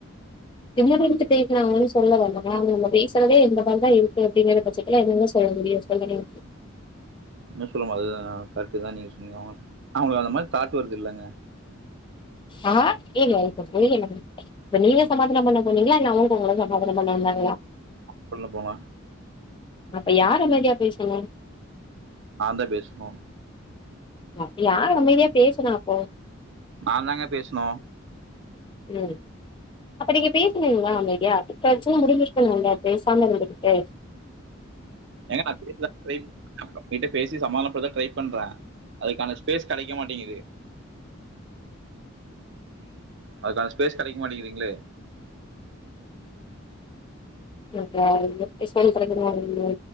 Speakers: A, on the left; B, on the right.
A: திமிரு எடுத்து பேசுனாங்கனு சொல்ல வல்லங்க அங்க நம்ம பேசறதே இந்த மாரிதா இருக்கு அப்டிங்கிற பட்சத்துல என்னங்க சொல்ல முடியு சொல்லுங்க
B: நீங்க சொல்ற மாரிதா கரெட்டுதா நீங்க சொன்னது அவங்களு அந்த மாரி தாட்டு வருது இல்லங்க
A: ஆ ஏங்க எனக்கு ஒன்னு புரியலங்க இப்ப நீங்க சமாதானோ பண்ண போனீங்களா இல்ல அவங்க உங்கள சமாதானோ பண்ண வந்தாங்
B: <inaudible> சொல்ல போனா
A: அப்ப யாரு அமைதியா பேசணு
B: நாந்தா பேசுணு
A: அப்ப யார் அமைதியா பேசணு அப்போ
B: நாந்தாங்க பேசணு
A: ம் அப்ப நீங்க பே சுனீங்களா அமைதியா பிரச்சன முடிஞ்சி ருக்கனுல்ல பேசாம இருந்துக்கிட்டு
B: ஏங்க நா <inaudible> பேசி சமாதானப்படுத்ததா ட்ரை பண்றே அதுக்கான ஸ்பேஸ் கெடைக்க மாட்டேங்குது அதுக்கான ஸ்பேஸ் கெடைக்க மாட்டேங்குதுங்களே
A: இங்க எப்பிடி சொல்றதுன்னு